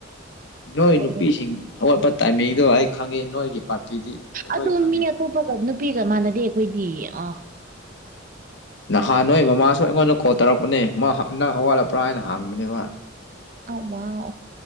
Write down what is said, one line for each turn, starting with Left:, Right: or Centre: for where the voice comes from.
Left: ꯅꯣꯏ
Right: ꯑꯣ
Left: ꯅꯨꯄꯤꯁꯤꯡ ꯍꯧꯒꯠꯄ ꯇꯥꯏꯃꯤꯡꯗꯣ ꯑꯩ ꯈꯪꯉꯦ ꯅꯣꯏꯒꯤ ꯄꯥꯔꯇꯤꯗꯤ ꯑꯩ ꯂꯣꯏ
Right: ꯑꯗꯨ
Left: ꯈꯪꯉꯦ
Right: ꯃꯤ ꯑꯇꯣꯞꯄꯒ ꯅꯨꯄꯤꯒ ꯃꯥꯟꯅꯗꯦ ꯑꯩꯈꯣꯏꯗꯤ ꯑꯥ
Left: ꯅꯍꯥꯟ ꯅꯣꯏ ꯃꯃꯥꯁꯨ ꯑꯩꯉꯣꯟꯗ ꯀꯣꯜ ꯇꯧꯔꯛꯄꯅꯦ ꯃꯥ ꯅꯪ ꯍꯧꯒꯠꯂꯄ꯭ꯔꯥ ꯍꯥꯏꯅ ꯍꯪꯕꯅꯦꯕ
Right: <unintelligible>